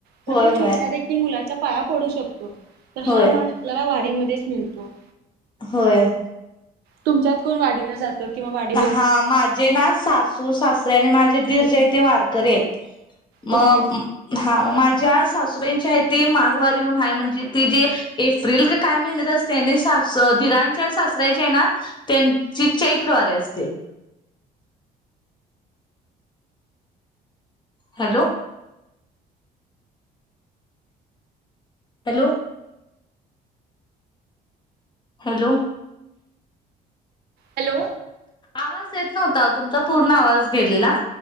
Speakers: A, on the right (about 70°); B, on the left (about 25°).
A: तर
B: होय
A: आपण
B: होय
A: छोट्या देखील मुलाचा पाया पडू शकतो. तर हा
B: होय
A: मान आपल्याला वारीमध्येच मिळतो.
B: होय.
A: तुमच्यातकोण वारीला जात. तर किंवा वाड
B: हा... माझे ना सासू- सासरे आणि माझे दीर जे आहे ते वारकरी आहेत. मग
A: ओके.
B: हा माज्या सासूबाईंची आहे ती माघवारी म्हणून आहे म्हणजे ती जी एप्रिल का काय महिन्यात असतेने सास धीराणच्या सासरा्याचे आहे ना त्यांची चैत्य चैत्र वारी असते. हॅलो. हॅलो. हॅलो.
A: हॅलो.
B: आवाज येत नव्हता तुमचा पूर्ण आवाज गेलेला.